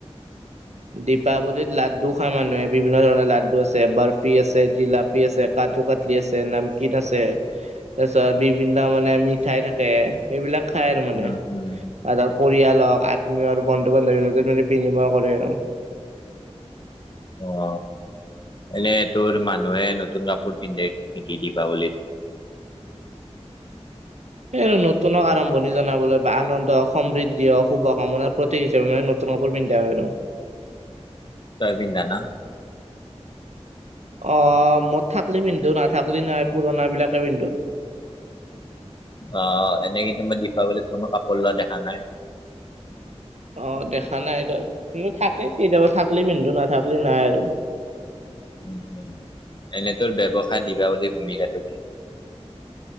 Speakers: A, on the right; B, on the left.
A: দীপাৱলীত লাড্ু খাই মানুহে বিভিন্ন ধৰণৰ লাড্ডু আছে বাৰফি আছে জিলাপ আছে কু কাটলি আছে নামকিন আছে তাৰ পিছত বিভিন্ন মানে মিঠাই থাক তাকে সেইবিলাক খাই আৰু মানে
B: উম,
A: আৰু
B: উম।
A: ধৰ পৰিয়াল হওক আত্মীয় আৰু বন্ধু বান্ধৱীৰ মাজত মানে বিনিময় কৰে আৰু
B: অ এনেই তোৰ মানুহে নতুন কাপোৰ পিন্ধে নিকি দিবা বুলিলিত
A: সেই নতুনক আৰম্ভণি জনাবলৈ বা আনন্দ সমৃদ্ধি শুভ কামনাৰ প্ৰতীক হিচাপে মানে। নতুন কাপোৰপিন্ধা আৰু।
B: তইপিন্দা না <inaudible>
A: অ' মই থাকলি পিন্ধো নাথাকলি নাই পুৰণ বিলাকে পিন্ধো।
B: অ' এনে কিন্তু দীপাৱলীত কোনো কাপোৰ লোৱা দেখা নাই।
A: অ' দেখা নাই তয় কিন্তু থাকে কেতিয়াবা থাকলি পিন্ধু নাথাকলি নাই আৰু।
B: উম উম, এনে তোৰ ব্যৱসায় দীপাৱলীৰ ভূমিকাটো কি?